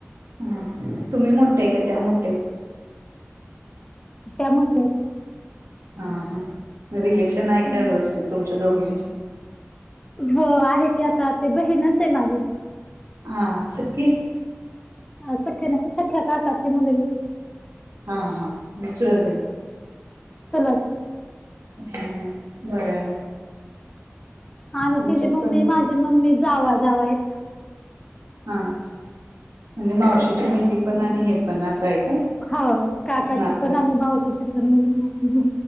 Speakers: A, on the right; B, on the left.
A: हा तुमी मोटेय का त्या मोटयायत
B: टमाटो
A: हा हा मग रिलेशन आये
B: हम्म.
A: का व्यवस्थित तुमच्या दोघींच
B: हो आहे की आता ते बहीणच आय माजी
A: हा सुकी
B: अ सख्या नाही सख्या काकाची मुलगी
A: हा हा <unintelligible>
B: <unintelligible> ह
A: हम्म बरं आहे मग
B: आणि
A: आमच्यात
B: ते जे म
A: पण
B: मे मा मम्मी जावा जावायत
A: हा म्हणजे मावशीची मुलगी पण आणि हे पण असं आहे काय
B: होा काकाचे
A: नातं
B: पण आ मावशीचे पण मग